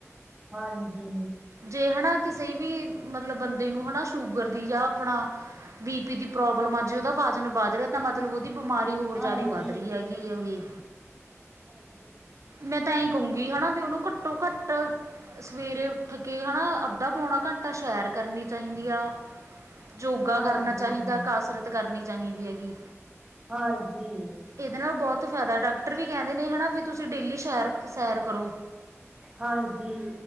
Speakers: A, on the right; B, on the right.
A: ਹਾਂਜੀ।
B: ਜੇ ਹਨਾ ਕਿਸੇ ਵੀ ਮਤਲਬ ਬੰਦੇ ਨੂੰ ਹਨਾ ਸ਼ੂਗਰ ਦੀ ਜਾਂ ਆਪਣਾ। ਬੀ ਪੀ ਦੀ ਪ੍ਰੋਬਲਮ ਜੇ ਓਦਾ ਵਜ਼ਨ ਵੱਧ ਰਿਆ। ਤਾਂ ਮਤਲਬ ਓਦੀ ਬਿਮਾਰੀ ਹੋਰ
A: ਹਾਂਜੀ,
B: ਜਿਆਦਾ ਵੱਧ ਰੀ ਆ ਗੀ ਓਹੀ।
A: ਹਾਂਜੀ।
B: ਮੈਂ ਤਾਂ ਐਈ ਕਹੂੰਗੀ ਹਨਾ ਵੀ ਉਹਨੂੰ ਘੱਟੋ ਘੱਟ ਸਵੇਰੇ। ਉੱਠ ਕੇ ਹਨਾ ਅੱਧਾ ਪੌਣਾ ਘੰਟਾ ਸੈਰ ਕਰਨੀ ਚਾਹੀਦੀ ਆ। ਯੋਗਾ
A: ਹਾਂਜੀ,
B: ਕਰਨਾ ਚਾਹੀਦਾ
A: ਹਾਂਜੀ,
B: ਕਸਰਤ ਕਰਨੀ ਚਾਹੀਦੀ ਆ ਗੀ।
A: ਹਾਂਜੀ।
B: ਏਦੇ ਨਾਲ ਬਹੁਤ ਫਾਇਦਾ ਡਾਕਟਰ ਵੀ ਕਹਿੰਦੇ ਨੇ ਹਨਾ ਵੀ ਤੁਸੀਂ ਡੇਲੀ ਸੈਰ ਸੈਰ ਕਰੋ।
A: ਹਾਂਜੀ।